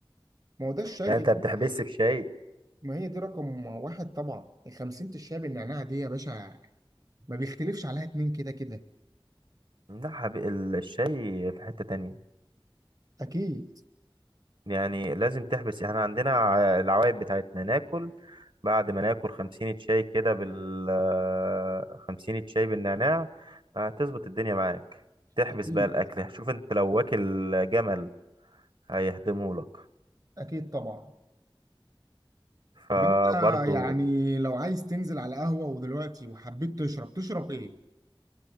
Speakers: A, on the right (about 45°); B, on the right (about 70°).
A: ما هو ده الشاي
B: يعني
A: دي
B: انت بتحبس في شاي
A: ما هي دي رقم واحد طبعا الخمسين الشاي بالنعناع دي يا باشا ما بيختلفش عليها اتنين كده كده
B: لا حب... ال- الشاي في حته تانية
A: أكيد
B: يعني لازم تحبس احنا عندنا ع- العوايد بتاعتنا ناكل بعد ما ناكل خمسين شاي كده بال آه، خمسين شاي بالنعناع هتظبط الدنيا معاك تحبس
A: أكيد
B: بقى الاكل شوف انت لو واكل جمل هيهدمه لك
A: أكيد طبعا
B: فبرضو
A: طب أنت يعني لو عايز تنزل على قهوة ودلوقتي وحبيت تشرب تشرب إيه؟